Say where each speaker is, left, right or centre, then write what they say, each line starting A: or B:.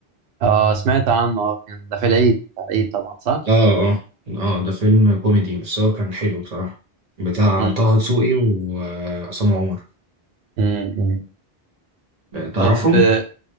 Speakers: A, on the right; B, on the right.
A: اه سمعت عنه آه، كان ده في العيد العيد طبعا صح
B: اه اه اه آه، ده فيلم كوميدي بس هو كان حلو بصراحة بتاع
A: امم
B: طه دسوقي وعصام عمر
A: امم
B: تعرفهم؟
A: طب آه،